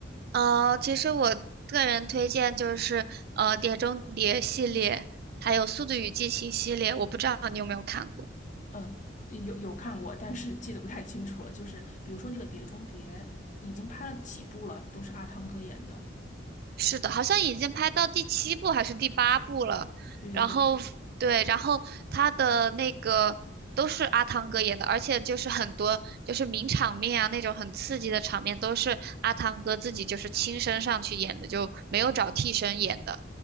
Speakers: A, on the right; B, on the left.
A: 呃，其实我个人推荐就是呃《碟中谍》系列，还有《速度与激情》系列，我不知道你有没有看过。
B: 嗯，有有看过，但是记得不太清楚了。就是比如说那个《碟中谍》，已经拍了几部了，都是阿汤哥演的。
A: 是的，好像已经拍到第七部还是第八部了。
B: 对对对，
A: 然后对，然后他的那个都是阿汤哥演的，而且就是很多就是名场面啊，那种很刺激的场面都是阿汤哥自己就是亲身上去演的，就没有找替身演的。